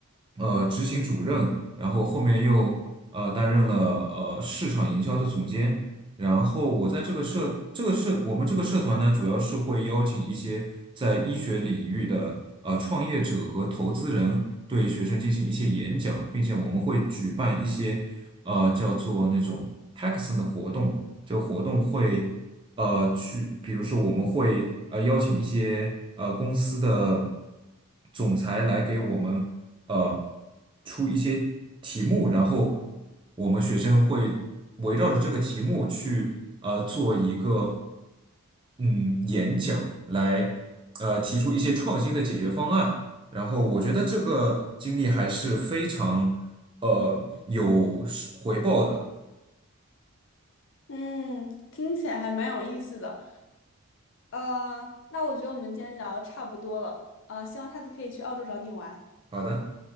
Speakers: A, on the right; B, on the left.
A: 呃，执行主任，然后后面又呃担任了呃市场营销的总监，然后我在这个社这个社我们这个社团呢，主要是会邀请一些在医学领域的呃创业者和投资人对学生进行一些演讲，并且我们会举办一些呃叫做那种 hackathon 的活动，这个活动会呃去，比如说我们会呃邀请一些呃公司的总裁来给我们呃出一些题目，然后我们学生会围绕着这个题目去呃做一个嗯演讲，来呃提出一些创新的解决方案。然后我觉得这个经历还是非常呃有回报的。
B: 嗯，听起来还蛮有意思的。呃，那我觉得我们今天聊得差不多了。呃，希望下次可以去澳洲找你玩。
A: 好的。